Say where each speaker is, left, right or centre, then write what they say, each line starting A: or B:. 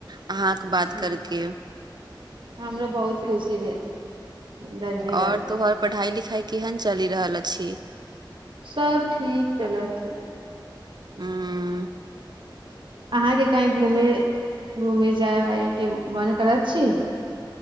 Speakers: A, on the right; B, on the right.
A: अहाँक बात
B: ह
A: करके
B: हमरो बहुत खुशी भेल धन्यवाद
A: और तोहर पढ़ाई लिखाई केहन चलि रहल अछि
B: सब ठीक चलै छै
A: ह
B: अहाँके कही घूमे घूमे जाय वाय के मन करत छी